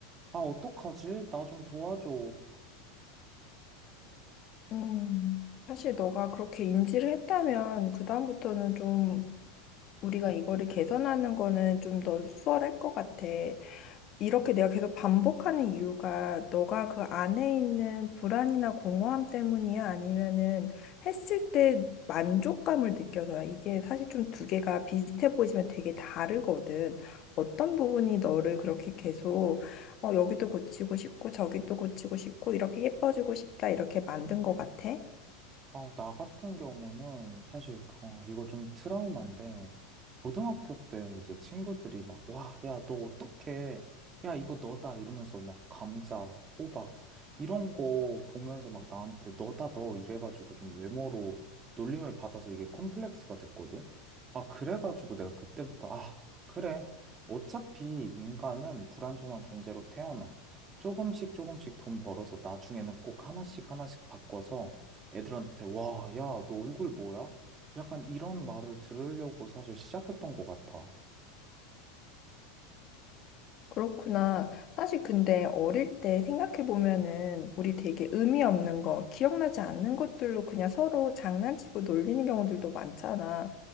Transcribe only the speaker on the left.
음, 사실 너가 그렇게 인지를 했다면 그다음부터는 좀 우리가 이거를 개선하는 거는 좀 더 수월할 것 같아. 이렇게 내가 계속 반복하는 이유가 너가 그 안에 있는 불안이나 공허함 때문이야? 아니면은 했을 때 만족감을 느껴서야? 이게 사실 좀 두 개가 비슷해 보이지만 되게 다르거든. 어떤 부분이 너를 그렇게 계속 어, 여기도 고치고 싶고 저기도 고치고 싶고 이렇게 예뻐지고 싶다 이렇게 만든 것 같아?
그렇구나. 사실 근데 어릴 때 생각해 보면은 우리 되게 의미 없는 거, 기억나지 않는 것들로 그냥 서로 장난치고 놀리는 경우들도 많잖아.